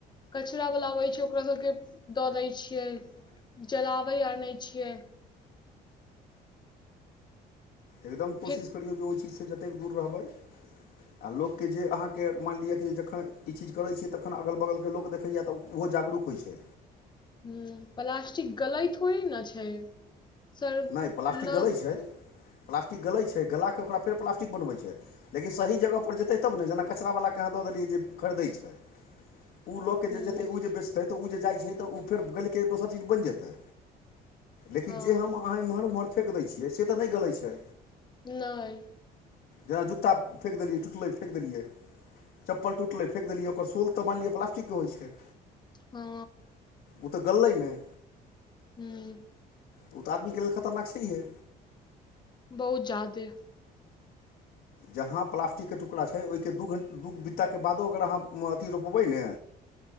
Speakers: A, on the left (about 25°); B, on the left (about 75°).
A: कचरा वला अबै छै ओकरा सभके दऽ दै छियै जलाबै आओर नय छियै
B: एकदम कोशिश
A: फेक
B: करियौ जे ओई चीजसँ जतेक दूर रहबै आ लोकके जे अहाँके मानि लिअ कि जखन ई चीज करै छी तखन अगल बगल के लोक देखैया तऽ ओ जागरूक होइ छै
A: हूं प्लस्टिक गलै थोरे न छै सर
B: नय प्लास्टिक
A: नहि
B: गलै छै प्लास्टिक गलै छै गलाके ओकरा फेर प्लास्टिक बनबै छैे लेकिन सही जगह पर जेतै तब ने जेना कचरा बला यहाँ दऽ देलियै जे खरीदै छै ऊ लऽ के
A: हुँ
B: जे जेतै ओ जे बेस त ऊ जे जाइ छै तऽ ऊ फेर गलि के दोसर चीज बनि जेतै लेकिन
A: हँ
B: जे हम अहाँ एम्हर ओम्हर फेक दै छियै से तऽ नय गलै छै
A: नय
B: जेना जुत्ता फेक देलियै टुटलै फेक देलियै चप्पल टुटलै फेक देलियै ओकर शोल तऽ मानलिय प्लास्टिक के होइ छै
A: हँ
B: ऊ तऽ गललै नय
A: हूं
B: उ तऽ तऽ आदमी के लेल खतरनाक छैहे
A: बहुत जादे
B: जहाँ प्लास्टिक के टुकड़ा छै ओयके दू घ दू बित्ताके बादो अगर अहाँ अथी रोपबै ने